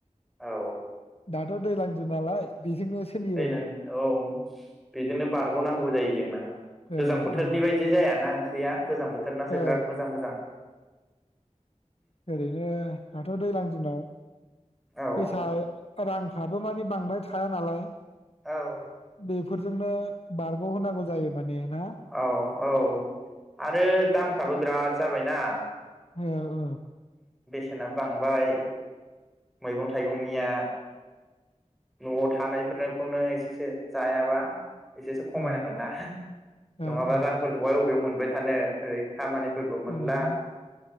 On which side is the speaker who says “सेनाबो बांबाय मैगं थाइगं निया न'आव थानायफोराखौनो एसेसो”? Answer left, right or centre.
Centre